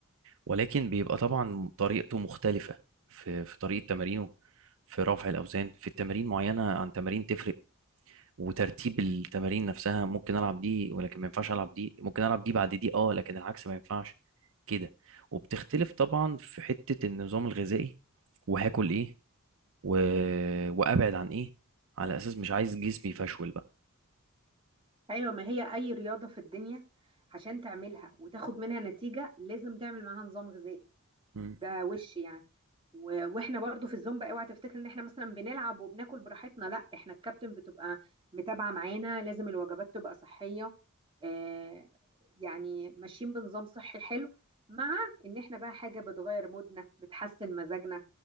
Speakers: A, on the right; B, on the right.
A: ولكن بيبقى طبعا طريقته مختلفه في في طريقه تمارينه في رفع الاوزان في التمارين معينه عن تمارين تفرق وترتيب التمارين نفسها ممكن العب دي ولكن ما ينفعش العب دي ممكن العب دي بعد دي اه لكن العكس ما ينفعش كده وبتختلف طبعا في حتة النظام الغذائي وهاكل ايه و... وابعد عن ايه على اساس مش عايز جسمي يفشول بقى
B: ايوه ما هي اي رياضه في الدنيا عشان تعملها وتاخد منها نتيجه لازم تعمل معاها نظام غذائي
A: مم.
B: ده وش يعني و... واحنا برضو في الزومبا اوعى تفتكر ان احنا مثلا بنلعب وبناكل براحتنا لا احنا الكابتن بتبقى متابعه معانا لازم الوجبات تبقى صحيه آه يعني ماشيين بنظام صحي حلو مع ان احنا بقى حاجه بتغير مودنا بتحسن مزاجنا